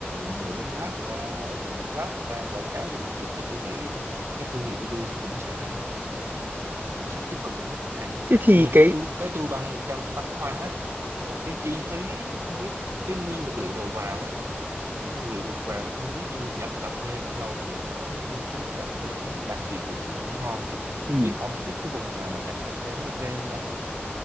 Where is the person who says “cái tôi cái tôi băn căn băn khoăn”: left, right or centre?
Right